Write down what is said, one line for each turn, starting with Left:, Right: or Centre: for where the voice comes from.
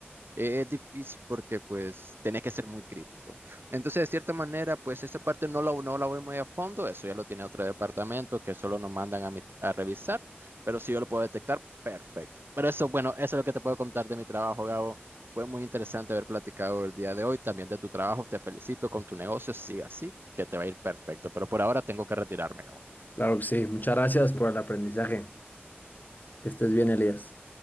Right: Eh, Es difícil porque pues tenés que ser muy crítico. Entonces, de cierta manera, pues esta parte no la, no la voy muy a fondo, eso ya lo tiene otro departamento que solo nos mandan a, mi- a revisar, pero si yo lo puedo detectar, perfecto. Pero eso, bueno, eso es lo que te puedo contar de mi trabajo, Gabo. Fue muy interesante haber platicado el día de hoy, también de tu trabajo. Te felicito con tu negocio, sigue así, que te va a ir perfecto. Pero por ahora tengo que retirarme, Gabo.
Left: Claro que sí. Muchas gracias por el aprendizaje. Que estés bien, Elías.